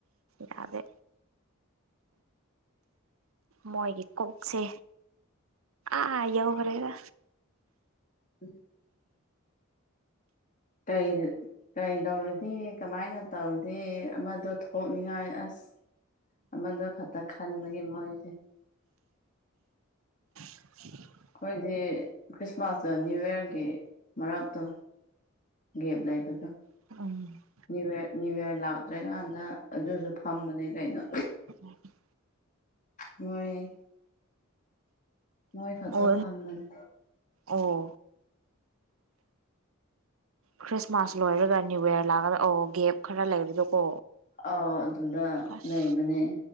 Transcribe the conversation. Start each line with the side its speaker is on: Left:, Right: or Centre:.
Right: ꯌꯥꯗꯦ ꯃꯣꯏꯒꯤ ꯀꯣꯛꯁꯦ ꯑꯥ ꯌꯧꯈ꯭ꯔꯦꯗ
Left: ꯎꯝ ꯀꯩ ꯀꯔꯤ ꯇꯧꯔꯗꯤ ꯀꯃꯥꯏꯅ ꯇꯧꯗꯦ ꯑꯃꯗꯣ ꯊꯣꯛꯅꯤꯡꯉꯥꯏ ꯑꯁ ꯑꯃꯗꯣ ꯈꯛꯇ ꯈꯟꯕꯒꯤ ꯃꯣꯏꯁꯦ
Right: <unintelligible>
Left: ꯈꯣꯏꯗꯤ ꯈ꯭ꯔꯤꯁꯃꯥꯁꯇ ꯅ꯭ꯌꯨꯌꯔꯒꯤ ꯃꯔꯛꯇꯣ ꯒꯦꯞ ꯂꯩꯕꯗꯣ
Right: <unintelligible>
Left: ꯅ꯭ꯌꯨꯌꯔ ꯅ꯭ꯌꯨꯌꯥꯔ ꯂꯥꯛꯇ꯭ꯔꯤꯀꯥꯟꯗ ꯑꯗꯨꯁꯨ ꯐꯝꯕꯅꯦ ꯀꯩꯅꯣ
Right: <unintelligible>
Left: ꯃꯣꯏ ꯃꯣꯏ ꯈꯛꯇ
Right: ꯑꯣ
Left: ꯐꯝꯕꯅꯦ
Right: ꯑꯣ ꯈ꯭ꯔꯤꯁꯃꯥꯁ ꯂꯣꯏꯔꯒ ꯅꯤꯌꯨ ꯏꯌꯥꯔ ꯂꯥꯛꯂꯗ ꯑꯣ ꯒꯦꯞ ꯈꯔ ꯂꯩꯕꯗꯣꯀꯣ
Left: ꯑꯧ ꯑꯗꯨꯗ
Right: ꯑꯁ
Left: ꯂꯩꯕꯅꯦ